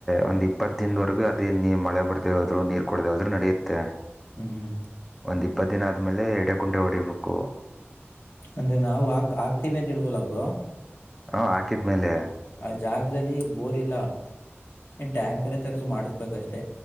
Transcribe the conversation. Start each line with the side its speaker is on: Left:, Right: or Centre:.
Centre: ಒಂದ್ ಇಪ್ಪತ್ ದಿನ ದವರೆಗೂ ಅದ ನೀ ಮಳೆ ಬರ್ದೆೇ ಹೋದ್ರು ನೀರ್ ಕುಡ್ದೇ ಹೋದ್ರು ನಡೆ ಮತ್ತು
Left: ಹ್ಮ್ ಹ್ಮ
Centre: ಒಂದ್ ಇಪ್ಪತ್ತು ದಿನ ಆದ್ಮೇಲೆ ಎಡ ಕುಂಟೆ ಹೊಡಿಬೇಕು
Left: ಅಂದ್ರೆ ನಾವು ಹಕ್ ಹಾಕ್ತಿವಿ ಅಂತ ಹೇಳ್ದಲ್ಲಾ ಬ್ರೋ
Centre: ಹಾ ಹಾಕಿದ್ಮೇಲೆ
Left: ಆ ಜಾಗದಲ್ಲಿ ಬೋರ್ ಇಲ್ಲ ಇನ್ ಟ್ಯಾಂಕರೇ ತರ್ಸು ಮಾಡಿಸ್ಬೇಕಷ್ಟೇ